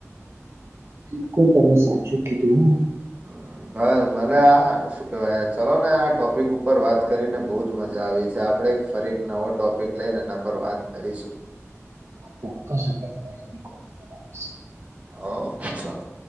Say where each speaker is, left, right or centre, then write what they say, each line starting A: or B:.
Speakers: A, on the right; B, on the right.
A: બિલકુલ તમે સાચું કીધું, હું
B: હા. ભઈ મને આ શું કેવાય ચલોને આ ટોપિક ઉપર વાત કરીને બહ જ મજા આવી છે. પડે એક ફરી એક નવો ટોપિક લઈને એના પર વાત કરીશું.
A: ચોક્કસ આપડે ફરીથી <inaudible>
B: અવ ચાલો.